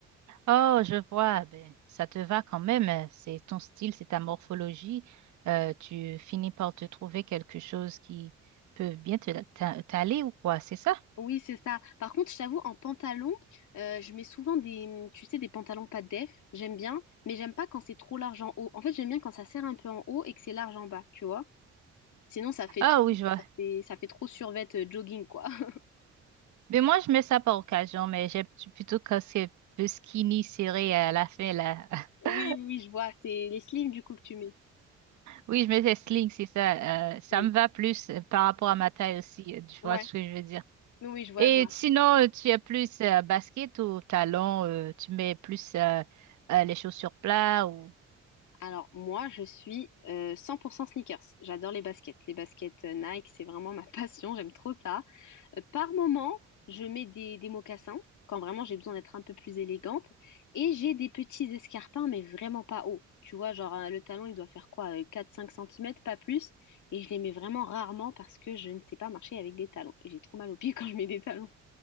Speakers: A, on the right; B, on the left.
A: Oh, je vois, ben, ça te va quand même, euh, c'est ton style, c'est ta morphologie. Euh, tu finis par te trouver quelque chose qui peut bien te t'a- t'aller ou quoi, c'est ça?
B: Oui, c'est ça. Par contre, je t'avoue, en pantalon, euh, je mets souvent des, tu sais, des pantalons pas de def. J'aime bien, mais j'aime pas quand c'est trop large en haut. En fait, j'aime bien quand ça serre un peu en haut et que c'est large en bas, tu vois. Sinon, ça fait
A: Ah
B: trop,
A: oui, je vois.
B: ça fait, ça fait trop survêt euh, jogging, quoi. <laughs>
A: Mais moi, je mets ça par occasion, mais j'aime tu- plutôt quand c'est plus skinny, serré à la fin, là.
B: Oui,
A: <laughs>
B: oui, je vois. C'est les slims, du coup, que tu mets.
A: Oui, je mets des slings, c'est ça. euh, ça
B: Oui.
A: me va plus euh, par rapport à ma taille aussi, euh, tu
B: Ouais.
A: vois ce que je veux dire.
B: Oui, oui, je vois,
A: Et
B: je vois.
A: sinon, euh, tu es plus euh, basket ou talon, euh, tu mets plus euh, euh, les chaussures plats ou...
B: Alors moi, je suis euh, 100% sneakers. J'adore les baskets. Les baskets euh, Nike, c'est vraiment ma <laughs> passion. J'aime trop ça. Euh, par moment, je mets des, des mocassins quand vraiment j'ai besoin d'être un peu plus élégante. Et j'ai des petits escarpins, mais vraiment pas hauts. Tu vois, genre euh, le talon, il doit faire quoi? euh, 4-5 cm, pas plus. Et je les mets vraiment rarement parce que je ne sais pas marcher avec des talons. Et j'ai trop mal aux pieds <laughs> quand je mets des talons.